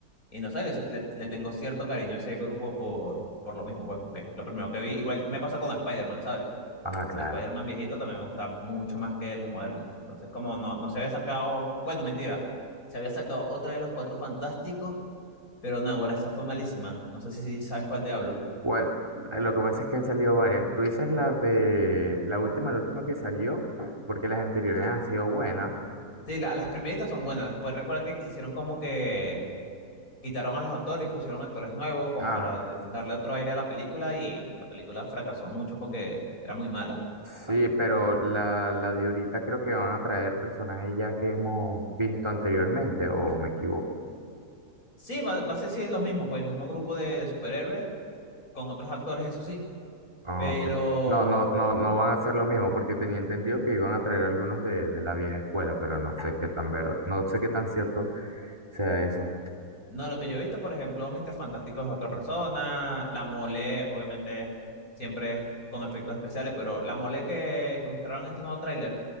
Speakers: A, on the left (about 60°); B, on the right (about 15°).
A: Y no sé, le, le- le tengo cierto cariño a ese grupo por, por lo mismo, pues, porque es lo primero que vi. Igual me pasa con Spider-Man, ¿sabes?
B: Ah, claro.
A: El Spider-Man viejito también me gusta mucho más que los modernos. Entonces, como no, no se había sacado, bueno, mentira, se había sacado otra de los Cuatro Fantásticos pero no, güera, esa fue malísima. No sé si sabes cuál te hablo.
B: ¿Cuál? Eh, Lo que pasa es que han salido varias. Tú dices la de la última, la última que salió, porque las anteriores han sido buenas.
A: Sí, la- las primeritas son buenas. Después recuerda que hicieron como que quitaron a los actores y pusieron actores nuevos como
B: Ah,
A: para d- darle otro aire a la película y la película fracasó mucho porque era muy mala.
B: sí, pero la, la de ahorita creo que van a traer personajes ya que hemos visto anteriormente, o me equivoco.
A: Sí, va, va a ser sí, lo mismo, pues el mismo grupo de, de superhéroes con otros actores, eso sí.
B: Ah,
A: Pero
B: ok. No, no, no, no van a ser los mismos, porque tenía entendido que iban a traer algunos de, de la vieja escuela, pero no sé qué tan verdad, no sé qué tan cierto sea eso.
A: no, lo que yo he visto, por ejemplo, Mr. Fantástico es otra persona, la mole, obviamente, siempre es con efectos especiales, pero la mole que, que mostraron en este nuevo tráiler